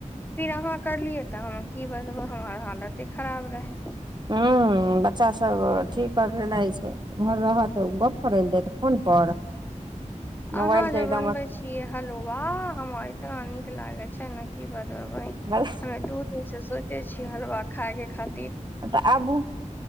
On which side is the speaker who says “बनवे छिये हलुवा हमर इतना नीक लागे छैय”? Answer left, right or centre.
Left